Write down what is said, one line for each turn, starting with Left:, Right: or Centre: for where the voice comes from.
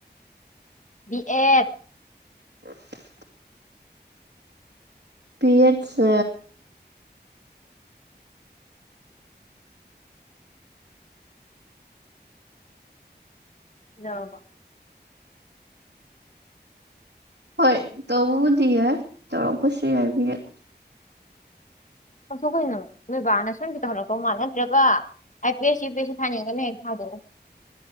Left: ꯕꯤ ꯑꯦꯠ
Right: <unintelligible> ꯕꯤꯑꯦꯠꯁꯦ
Left: <unintelligible>
Right: ꯍꯣꯏ ꯇꯧꯕꯕꯨꯗꯤ ꯌꯥꯏ ꯇꯧꯔꯛꯄꯁꯨ ꯌꯥꯏ ꯕꯤꯑꯦꯠ
Left: ꯇꯧꯊꯣꯛꯑꯣ ꯀꯩꯅꯣ ꯅꯣꯏ ꯕꯥꯅ ꯁꯣꯏꯒꯤ ꯍꯧꯜꯂꯛꯛꯇꯧ ꯃꯥꯜꯂꯦ ꯅꯠꯇ꯭ꯔꯒ ꯑꯩ ꯄꯦꯁꯤ ꯌꯨꯄꯦꯁꯤ ꯊꯥꯅꯤꯡꯉꯒꯅ ꯍꯦꯛ ꯊꯥꯗꯣꯛꯑꯣ